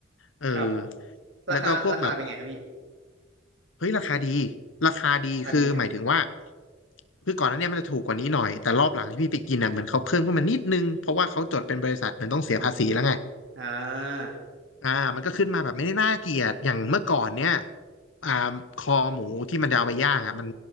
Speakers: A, on the left; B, on the right.
A: เออ
B: ครับราคาราคาเป็นไงครับพี่
A: แล้วก็พวกแบบเฮ้ยราคาดีราคาดีคือหมายถึงว่า
B: พอดีใช่ไหม
A: คือก่อนหน้าเนี้มันจะถูกกว่านี้หน่อยแต่รอบหลังที่พี่ไปกินอ่ะเหมือนเขาเพิ่มขึ้นมานิดนึงเพราะว่าเขาจดเป็นบริษัทเหมือนต้องเสียภาษีแล้วไง
B: อ่า
A: อ่ามันก็ขึ้นมาแบบไม่ได้น่าเกลียดอย่างเมื่อก่อนเนี่ยอ่าคอหมูที่มันจะเอาไปย่างอ่ะมัน